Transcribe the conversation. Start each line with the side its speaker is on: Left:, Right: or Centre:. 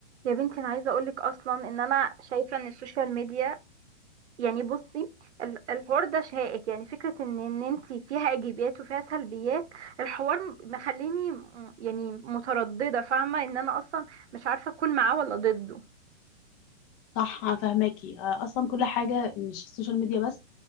Right: يا بنتي انا عايزه اقولك اصلا ان انا شايفه ان السوشيال ميديا يعني بصي ال- الحوار ده شائك يعني فكره ان ان انت فيها ايجابيات وفيها سلبيات الحوار م- مخليني م- يعني متردده فاهمه ان انا اصلا مش عارفه اكون معاه ولا ضده
Left: صح أنا فاهماكي آه، اصلا كل حاجه مش السوشيال ميديا بس